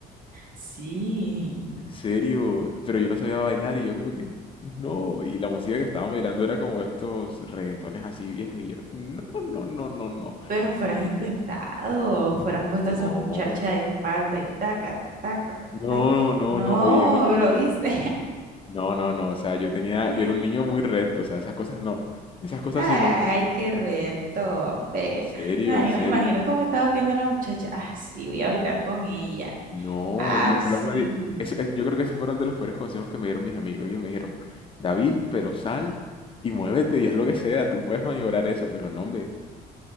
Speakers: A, on the right; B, on the left.
A: Sí,
B: en serio, pero yo no sabía bailar y yo como que, no, y la música que estaban bailando era como estos reggaetones así viejos y yo, no, no, no, no, no.
A: pero fueras intentado,
B: Yo,
A: fueras puesto
B: No,
A: a esa muchacha de espalda y taca, taca, taca,
B: no,
A: taca.
B: no,
A: No,
B: no, oye, oye,
A: pero
B: oye.
A: viste.
B: No, no, no, o sea, yo tenía,
A: <laughs>
B: yo era un niño muy recto, o sea, esas cosas no, esas cosas
A: Ay,
B: sí no.
A: qué reto, ve.
B: En serio,
A: Imagino,
B: en serio.
A: imagino cómo estaba viendo a la muchacha. Ah, sí, voy a bailar con ella.
B: No,
A: Ah,
B: los
A: sí.
B: pelos me di- eso- es- yo creo que esos fueron de los peores consejos que me dieron mis amigos. Ellos me dijeron, David, pero sal y muévete y haz lo que sea, tú puedes maniobrar eso, pero no, hombre.